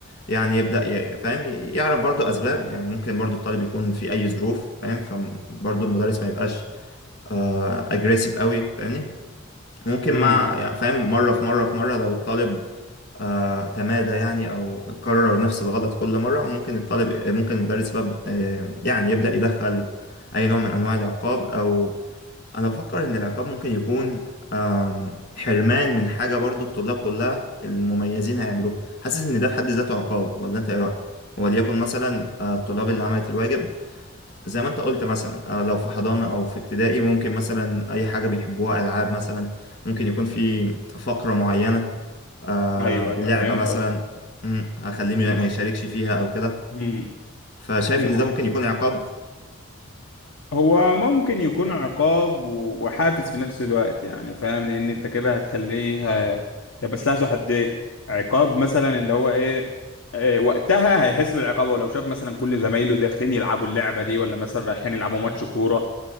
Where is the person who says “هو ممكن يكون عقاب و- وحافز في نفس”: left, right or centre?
Left